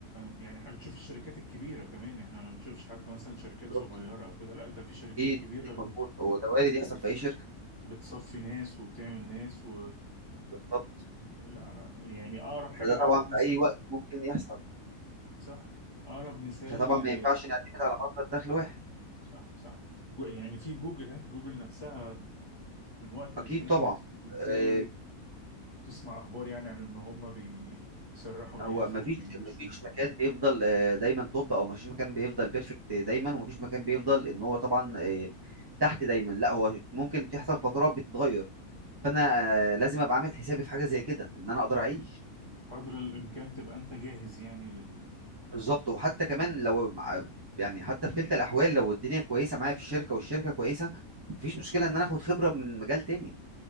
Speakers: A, on the left; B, on the right.
A: يعني احنا بنشوف الشركات الكبيره كمان احنا ما بنشوفش حتى مثلا شركات
B: بالظبط
A: صغيره او كده لا ده في شركات
B: اكيد
A: كبيره
B: اكيد
A: ب-
B: مظبوط هو ده وارد يحصل في اي شركه
A: بتصفي ناس وبتعمل ناس و
B: بالظبط
A: لا لا يعني اقرب حاجه
B: فده
A: اقرب
B: طبعا في
A: مثال
B: اي وقت ممكن يحصل
A: صح اقرب مثال
B: فطبعا ما ينفعش نعتمد على مصدر دخل واحد
A: صح صح جو يعني في جوجل ها جوجل نفسها من وقت
B: اكيد
A: للتاني
B: طبعا
A: بت- بتلاقي
B: آه،
A: تسمع اخبار يعني عن ان هم بيسرحوا ناس
B: هو ما
A: وبيمشوا
B: فيش ما فيش مكان بيفضل آه، دايما توب او ما فيش مكان بيفضل بيرفكت دايما وما فيش مكان بيفضل ان هو طبعا آه، تحت دايما لا هو ممكن تحصل فترات بتتغير فانا آه، لازم ابقى عامل حسابي في حاجه زي كده ان انا اقدر اعيش
A: قدر الامكان تبقى انت جاهز يعني لل,
B: بالظبط وحتى كمان
A: لل...
B: لو مع- يعني حتى في كلتا الاحوال لو الدنيا كويسه معايا في الشركه والشركه كويسه مفيش مشكله ان انا اخد خبره من مجال تاني